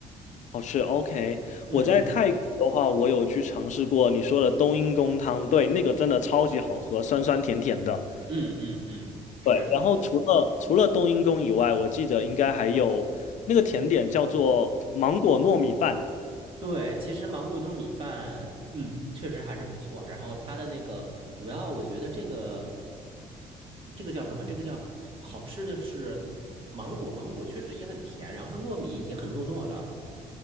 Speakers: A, on the left (about 60°); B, on the right (about 40°).
A: 好吃。OK，
B: 嗯
A: 我在泰国的话，我有去尝试过你说的冬阴功汤，对，那个真的超级好喝，酸酸甜甜的。
B: 嗯嗯嗯，是的，
A: 对，然后除了除了冬阴功以外，我记得应该还有那个甜点叫做芒果糯米饭。
B: 对，其实芒果糯米饭，嗯，确实还是不错。然后它的那个主要，我觉得这个这个叫什么？这个叫好吃的是芒果，芒果确实也很甜，然后糯米也很糯糯的。